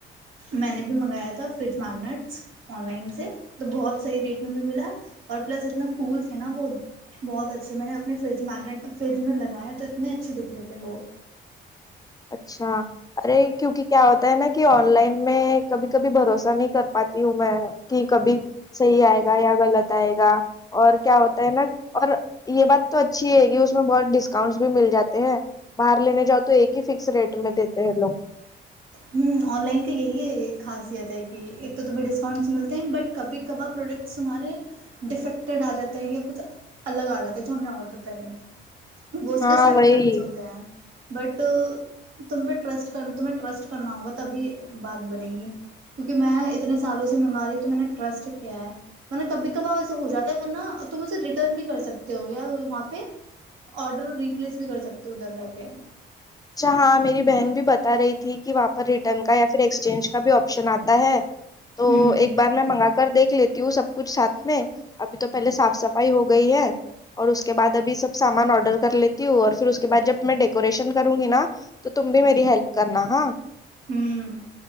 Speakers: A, on the right (about 85°); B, on the left (about 20°).
A: میں نے بھی منگایا تھا فریج میگنیٹس آن لائن سے تو بہت صحیح ریٹ میں بھی ملا اور پلس اتنا کول تھے نا وہ بہت اچھے میں نے اپنے فریج میگنیٹ فریج میں لگایا تو اتنے اچھے دکھ رہے تھے وہ
B: اچھا ارے کیوںکہ کیا ہوتا ہے نا کہ آن لائن میں کبھی کبھی بھروسہ نہیں کر پاتی ہوں میں کہ کبھی صحیح آئے گا یا غلط آئے گا اور کیا ہوتا ہے نا اور یہ بات تو اچھی ہے گ اس میں بہت ڈسکاؤنٹس بھی مل جاتے ہیں باہر لینے جاؤ تو ایک ہی فکر ریٹ میں دیتے ہیں لوگ
A: ہوں آن لائن کا یہی خاصیت ہے کہ ایک تو تمہیں ڈسکاؤنٹس ملتے ہیں بٹ کبھی کبھار پروڈکٹس ہمارے ڈیفیکٹیڈ آ جاتے ہیں یا کچھ الگ آ جاتا ہے جو ہم نے آڈر کرے ہیں وہ اس
B: ہاں
A: کے سائڈ
B: وہی
A: افیکٹس ہوتے ہیں بٹ تم ٹرسٹ کن ت ٹرسٹ کرنا ہوگا تبھی بات بنے گی کیونکہ میں اتنے سالوں سے منگا رہی تو میں نے ٹرسٹ کیا ہے ورنہ کبھی کبھی ایسا ہو جاتا ہے ورنہ تم اسے ریٹرن بھی کر سکتے ہو یا وہاں پہ آڈر ریپلیس بھی کر سکتے ہو ادھر جا کے
B: اچھا ہاں میری بہن بھی بتا رہی تھی کہ وہاں پر ریٹرن کا یا پھر ایکسچینج کا بھی آپشن آتا ہے تو
A: ہوں
B: ایک بار میں منگا کر دیکھ لیتی ہوں سب کچھ ساتھ میں ابھی تو پہلے صاف صفائی ہو گئی ہے اور اس کے بعد ابھی سب سامان آڈر کر لیتی ہوں اور پھر اس کے بعد جب میں ڈیکوریشن <unintelligible> کروں گی نا تو تم بھی میری ہیلپ کرنا ہاں
A: ہوں